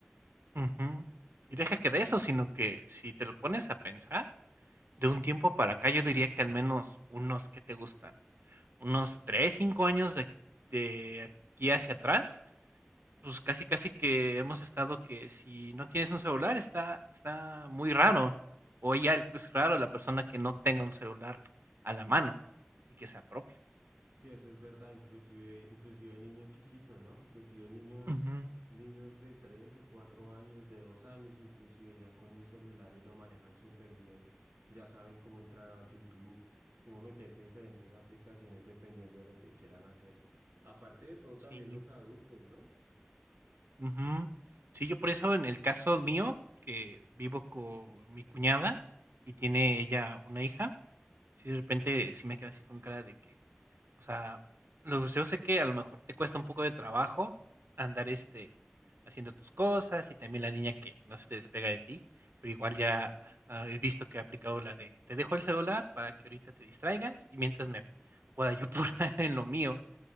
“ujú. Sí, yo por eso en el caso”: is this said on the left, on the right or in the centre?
Right